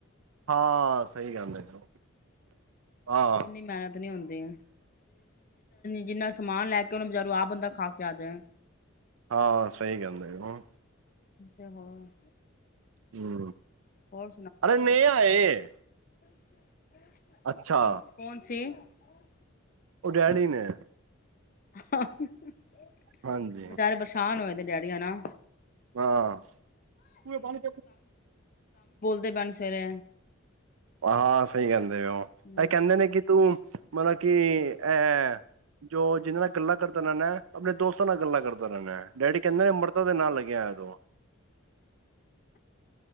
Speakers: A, on the right; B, on the left.
A: ਹਾਂ ਸਹੀ ਗੱਲ ਹੈ ਜ ਆਾਂ
B: ਇੰਨੀ ਮਿਹਨਤ ਨੀ ਹੁੰਦੀ। ਜਿੰਨਾ ਸਮਾਨ ਲੈ ਕੇ ਉਹਨੂੰ ਬਜ਼ਾਰੂ ਆਹ ਬੰਦਾ ਖਾ ਕੇ ਆ ਜਾਏ
A: ਹਾਂ ਸਹੀ ਗਹਿੰਦਾ
B: ਛ ਹੋਰ
A: ਹਮ
B: ਹੋਰ
A: ਅਰੇ ਨਹੀਂ ਆਏ
B: ਹਮ
A: ਅੱਛਾ
B: ਕੀ ਕੌਣ ਸੀ ਉਹ
A: ਉਹ ਡੈਡੀ ਨੇ
B: ਹਾਂ ਵਿਚੇਾਰੇ
A: ਹਾਂਜੀ
B: ਪਰੇਸਾਾਨ ਹੋਏ ਨੇ ਡੈਡੀੀਆਂ ਨਾ
A: ਹਾਂ ਪਰੇ ਬਣੀ
B: ਬਣੀ ਸਵੇਰੇ
A: ਆਹ ਹਾਂ ਸਹੀ ਕਹਿੰਦੇ ਵੀ ਉਹ
B: ਹੂੰ
A: ਇਹ ਕਹਿੰਦੇ ਨੇ ਕਿ ਤੂੰ ਮਲ ਕੀ ਅਹ ਜੋ ਜਿਨਾਂ ਨਾਲ ਗੱਲਾਂ ਕਰਦਾ ਇਹ ਆਪਣੇ ਦੋਸਤ ਨਾਲ ਗੱਲਾਂ ਕਰਦਾ ਰਹਿੰਦਾ ਡੈਡੀ ਕਹਿੰਦੇ ਨੇ ਅੰਮਰਤਾ ਦੇ ਨਾਲ ਲੱਗਿਆਦੋਂ